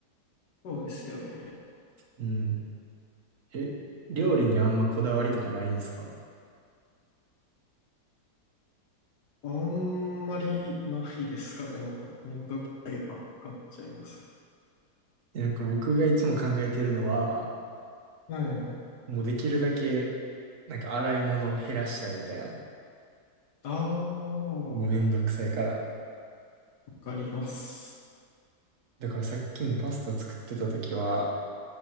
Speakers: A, on the left; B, on the right.
A: ー、そうですよね。
B: うん。え、料理にあんまこだわりとかないんですか
A: あんまりないですかね。なんか、めんどくさいがかっちゃいますね。
B: えなんか僕がいつも考えてるのは、
A: はい。
B: もうできるだけ、なんか洗い物を減らしたいみたいな。
A: ああ、わ
B: もうめんどくさいから。
A: かります。
B: だからさっきもパスタ作ってた時は、